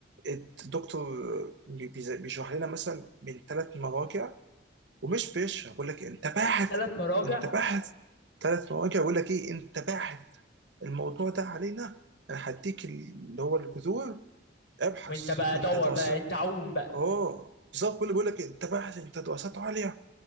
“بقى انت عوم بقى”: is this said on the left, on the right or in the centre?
Left